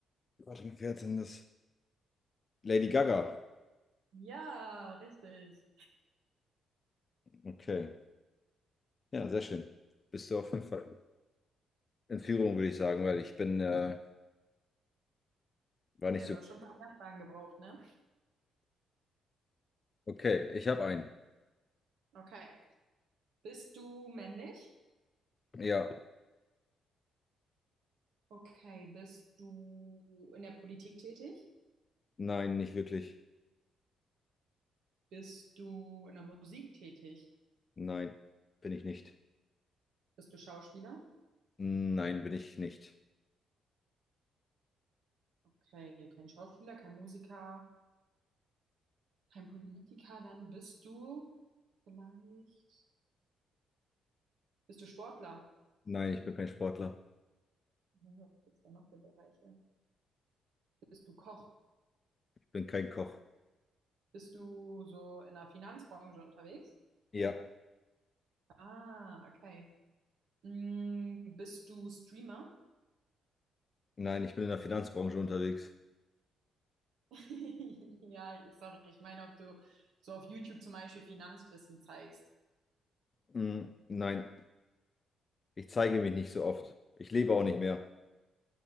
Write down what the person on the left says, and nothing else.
Warte mal, wer hat denn das? Lady Gaga.
Okay. Ja, sehr schön. Bist du auf jeden Fall in Führung, würde ich sagen, weil ich bin äh, War nicht
so.
Okay, ich habe einen.
Ja,
nein, nicht wirklich.
Nein, bin ich nicht.
Nein, bin ich nicht.
Nein, ich bin kein Sportler.
Ich bin kein Koch.
Ja,
nein, ich bin in der Finanzbranche unterwegs.
Mm, Nein, ich zeige mich nicht so oft. Ich lebe auch nicht mehr.